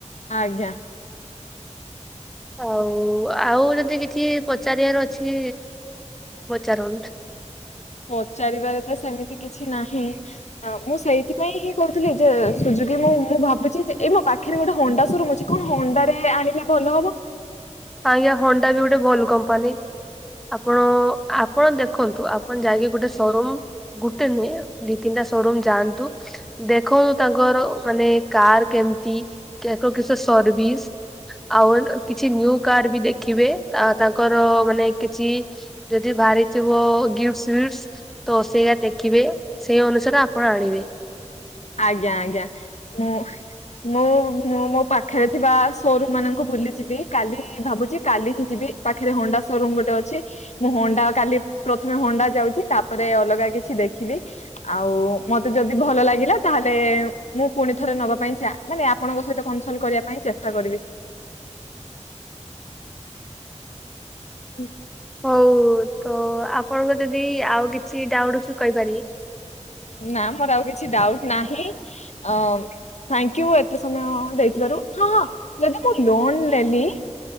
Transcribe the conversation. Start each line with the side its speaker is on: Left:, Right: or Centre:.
Left: ଆଜ୍ଞା
Centre: ହଉ ଆଉ ଯଦି କିଛି ପଚାରିବାର ଅଛି ପଚାରନ୍ତୁ?
Left: ପଚାରିବାରେ ତ ସେମିତି କିଛି ନାହିଁ। ହ ମୁଁ ସେଇଥିପାଇଁ ହିଁ କହୁଥିଲି ଯେ ସୁଯୋଗି ମୁଁ ମୁଁ ଭାବୁଛି ଯେ ଏଇ ମୋ ପା ପାଖରେ ଗୋଟେ ହଣ୍ଡା ସରୁମ ଅଛି କଣ ହଣ୍ଡାରେ ଆଣିଲେ ଭଲ ହବ?
Centre: ଆଜ୍ଞା ହଣ୍ଡା ବି ଗୋଟେ ଭଲ କମ୍ପାନୀ। ଆପଣ ଆପଣ ଦେଖନ୍ତୁ ଆପଣ ଯାଇକି ଗୋଟେ ସୋରୁମ୍ ଗୋଟେ ନୁହେଁ ଦି, ତିନିଟା ସୋରୁମ୍ ଯାଆନ୍ତୁ। ଦେଖନ୍ତୁ ତାଙ୍କର ମାନେ କାର କେମିତି କେକ କିସ ସର୍ଭିସ। ଆଉ କିଛି ନ୍ୟୂ କାର୍ ବି ଦେଖିବେ ତା-ତାଙ୍କର ମାନେ କିଛି ଯଦି ବାହାରିଥିବ ଗିଫ୍ଟଫ୍ସିସ ତ ସେଇଆ ଦେଖିବେ ସେଇ ଅନୁସାରେ ଆପଣ ଆଣିବେ।
Left: ଆଜ୍ଞା ଆଜ୍ଞା ମୁଁ ମୁଁ ମୁଁ ମୋ ପାଖରେ ଥିବା ସୋରୁମ ମାନଙ୍କୁ ବୁଲି ଯିବି କାଲି ଭାବୁଛି କାଲି ହିଁ ଯିବି ପାଖରେ ହଣ୍ଡା ସୋରୁମ ଗୋଟେ ଅଛି। ମୁଁ ହଣ୍ଡା କାଲି ପ୍ରଥମେ ହଣ୍ଡା ଯାଉଚି ତାପରେ ଅଲଗା କିଛି ଦେଖିବି। ଆଉ ମତେ ଯଦି ଭଲ ଲାଗିଲା ତାହେଲେ ମୁଁ ପୁଣି ଥରେ ନବା ପାଇଁ ଚା ନାଇଁ ନାଇଁ ଆପଣଙ୍କ ସହିତ କନସଲ କରିବା ପାଇଁ ଚେଷ୍ଟା କରିବି। ହୁଁ
Centre: ହଉ ତ ଆପଣଙ୍କ ଯଦି ଆଉ କିଛି ଡାଉଟ୍ ଅଛି କହିପାରିବି?
Left: ନାଁ ମୋର ଆଉ କିଛି ଡାଉଟ ନାହିଁ ଅ ଥାଙ୍କଉ ଏତେ ସମୟ ଦେଇଥିବାରୁ। ହଁ ହଁ ଯଦି ମୁଁ ଲୋନ ନେଲି